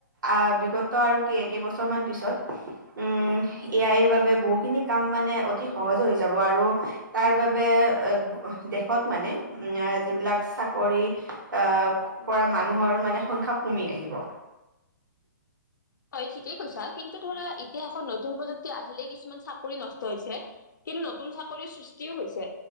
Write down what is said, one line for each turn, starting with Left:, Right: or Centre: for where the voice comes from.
Right: আহ বিগত আৰু কেইবছৰ মান পিছত উম এ আইৰ বাবে তাৰ বাবে বহুখিনি কাম মানে অতি সহজে হৈ যাব আৰু তাৰ বাবে এ দেশত মানে যিবিলাক চাকৰি আহ কৰা মানুহৰ মানে সংখ্যা কমি আহিব।
Left: হয় ঠিকেই কৈছা কিন্তু ধৰা ইতিহাসত নতুন প্ৰযুক্তি আহিলে কিছুমান চাকৰি নষ্ট হৈছে। কিন্তু নতুন চাকৰি সৃষ্টিও হৈছে